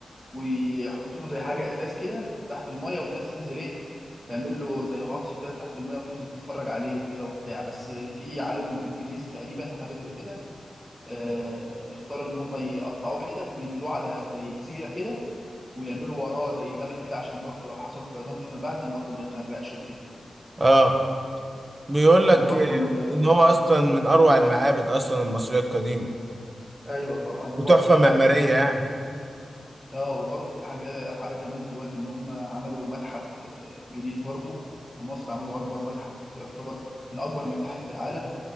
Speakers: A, in the centre; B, on the right (about 35°).
A: ويحطوا له زي حاجه ازاز كده تحت الميه والناس تنزل ايه تعمل له زي غطس كده تحت الميه وتنزل تتفرج عليه وكده وبتاع بس في عالم انجليزي تقريبا او حاجه زي كده آه، اختار ان هم يقطعوه حتت وينقلوه على زي جزيره كده ويعملوا وراه زي جبل كده عشان برضه لو حصل فيضان فيما بعد برضه ما يتغرقش وكده
B: اه بيقول لك
A: وبرضه ال...
B: ان هو
A: مم،
B: اصلا من اروع المعابد اصلا المصريه القديمه
A: ايوه طبعا وبرضه
B: وتحفه
A: في
B: معماريه
A: حاجه كمان
B: يعني
A: اه وبرضه في حاجة حاجة كمان دلوقتي إن هم عملوا متحف آه، جديد برضه في مصر عملوا أكبر متحف يعتبر من أكبر المتاحف في العالم